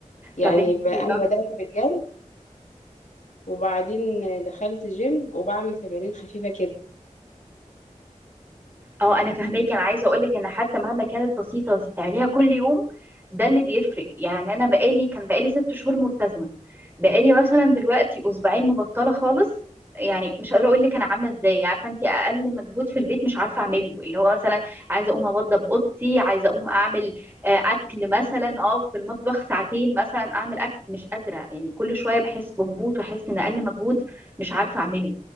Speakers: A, on the left (about 65°); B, on the right (about 15°).
A: يعني
B: طب انتي
A: ب... انا بدات بالجري وبعدين دخلت جيم وبعمل تمارين خفيفه كده
B: اه انا فاهماكي انا عايزه اقولك ان حتى مهما كانت بسيطه بس بتعمليها كل يوم ده اللي بيفرق يعني انا بقالي كان بقالي ست شهور ملتزمه بقالي مثلا دلوقتي اسبوعين مبطله خالص يعني مش قادره اقول لك انا عامله ازاي عارفه انت اقل مجهود في البيت مش عارفه اعمله اللي هو مثلا عايزه اقوم اوضب اوضتي عايزه اقوم اعمل آه، اكل مثلا اه في المطبخ ساعتين مثلا اعمل اكل مش قادره يعني كل شويه بحس بهبوط واحس ان اقل مجهود مش عارفه اعمله